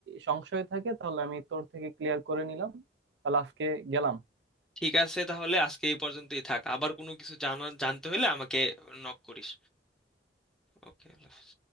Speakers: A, on the right; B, in the centre.
A: সংশয় থাকে তাহলে আমি তোর থেকে ক্লিয়ার করে নিলাম তাহলে আজকে গেলাম
B: ঠিক আছে তাহলে আজকে এই পর্যন্তই থাক আবার কোনো কিছু জানা জানতে হলে আমাকে নক করিস ওকে আল্লাহ হাফেজ